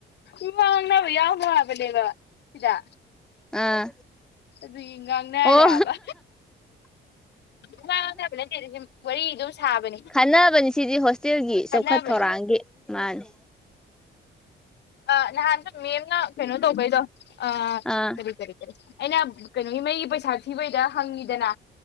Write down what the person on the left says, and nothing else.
ꯎ ꯋꯥ ꯌꯥꯎ ꯃꯥꯕ ꯂꯩꯕ ꯏꯗ
ꯑꯗꯨ ꯉꯥꯡꯅꯔꯦꯕ
ꯑꯗꯨ ꯉꯥꯡꯅꯕ ꯅꯠꯇꯦ ꯑꯗꯨꯗꯤ ꯋꯥꯔꯤ ꯑꯗꯨꯝ ꯁꯥꯕꯅꯤ
ꯈꯅꯕꯅꯦ
ꯑ ꯅꯗ ꯃꯦꯦꯝꯅ ꯀꯩꯅꯣ ꯇꯧꯕꯩꯗꯣ ꯑ
ꯀꯔꯤ ꯀꯔꯤ ꯀꯔꯤ ꯑꯩꯅ ꯅꯒꯤ ꯃꯩꯒꯤ ꯄꯩꯁꯥ ꯊꯤꯕꯩꯗ ꯍꯪꯉꯤꯗꯅ